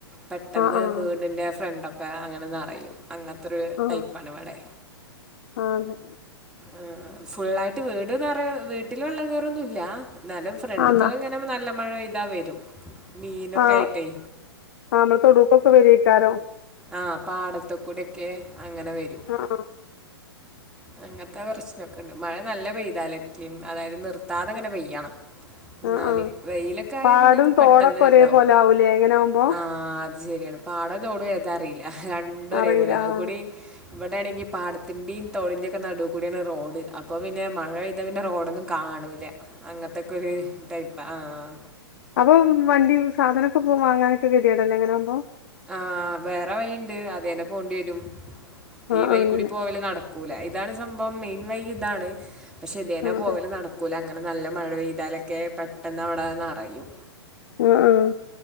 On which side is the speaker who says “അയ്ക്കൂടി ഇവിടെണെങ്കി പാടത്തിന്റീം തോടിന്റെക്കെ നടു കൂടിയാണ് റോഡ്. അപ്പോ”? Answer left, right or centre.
Centre